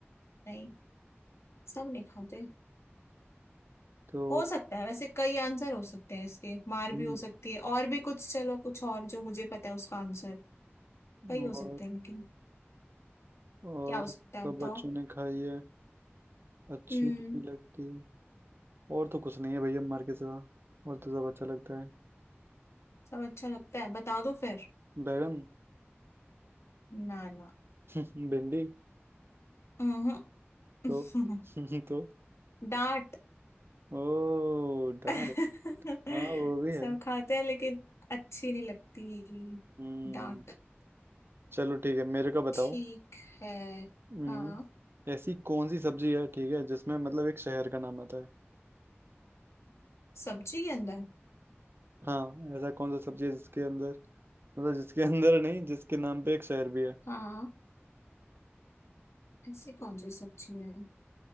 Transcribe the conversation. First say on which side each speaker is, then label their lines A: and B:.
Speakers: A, on the left; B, on the right.
A: नहीं सब नहीं खाते
B: तो
A: हो सकता है वैसे कई आंसर हो सकते हैं इसके मार
B: हम्म
A: भी हो सकती है और भी कुछ चलो कुछ और जो मुझे पता है उसका आंसर कई
B: और
A: हो सकते हैं लेकिन
B: और
A: क्या हो सकता है
B: सब
A: बताओ
B: बच्चों ने खाई है अच्छी
A: हम्म
B: नहीं लगती और तो कुछ नहीं है भैया मार के सिवा और तो सब अच्छा लगता है
A: सब अच्छा लगता है बता दो फिर
B: बैगन
A: ना ना
B: <laughs> भिंडी
A: अहं। <laughs>
B: तो <laughs> तो
A: डांट
B: ओ डाल
A: <laughs>
B: हाँ वो भी
A: सब
B: है
A: खाते हैं लेकिन अच्छी नहीं लगती
B: हम्म
A: डांट
B: चलो ठीक है मेरे को बताओ
A: ठीक है
B: हम्म,
A: हाँ
B: ऐसी कौन सी सब्जी है ठीक है जिसमें मतलब एक शहर का नाम आता है
A: सब्जी के अंदर
B: हाँ ऐसा कौन सा सब्जी है जिसके अंदर मतलब जिसके <laughs> अंदर नहीं जिसके नाम पे एक शहर भी है
A: हाँ ऐसी कौन सी सब्जी है